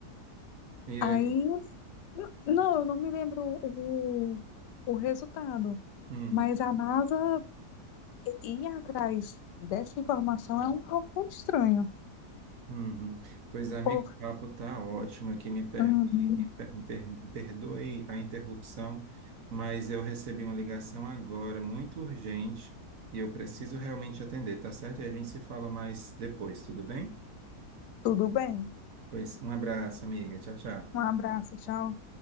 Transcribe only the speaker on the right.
e
aí?
Uhum.
Uhum. Pois, amigo,
o papo tá ótimo aqui. Me, per...
me per- me per- me perdoe a interrupção, mas eu recebi uma ligação agora, muito urgente, e eu preciso realmente atender, tá certo? E a gente se fala mais depois, tudo bem?
Pois, um abraço, amiga. Tchau, tchau.